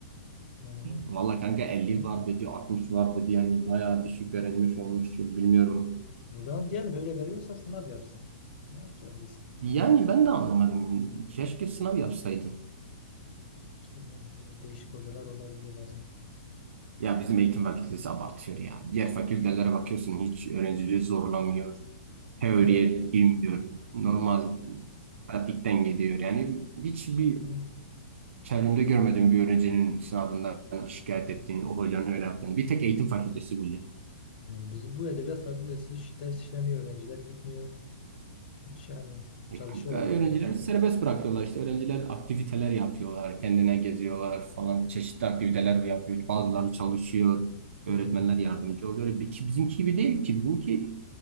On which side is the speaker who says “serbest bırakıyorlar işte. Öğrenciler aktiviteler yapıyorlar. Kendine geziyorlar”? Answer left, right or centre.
Right